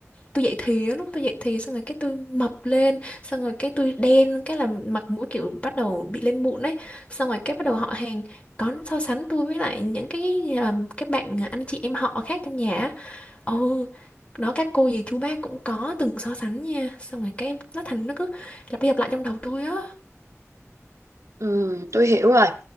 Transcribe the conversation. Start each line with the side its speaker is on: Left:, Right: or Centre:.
Left: tôi dậy thì á, lúc tôi dậy thì xong rồi cái tôi mập lên xong rồi cái tôi đen cái là mặt mũi kiểu bắt đầu bị lên mụn ấy xong rồi cái bắt đầu họ hàng có so sánh tôi với lại những cái um, các bạn anh chị em họ khác trong nhà á. ừ đó các cô dì chú bác cũng có từng so sánh nha xong rồi cái nó thành nó cứ lặp đi lặp lại trong đầu tôi á
Right: Ừ, tôi hiểu rồi.